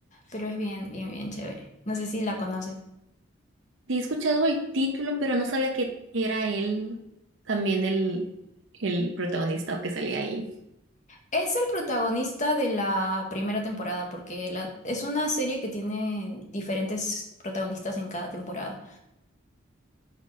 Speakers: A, on the left; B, on the right.
A: pero es bien, bien, bien chévere. No sé si la conoces.
B: Sí he escuchado el título, pero no sabía que era él también el, el protagonista o que salía ahí.
A: Es el protagonista de la primera temporada, porque la, es una serie que tiene diferentes protagonistas en cada temporada.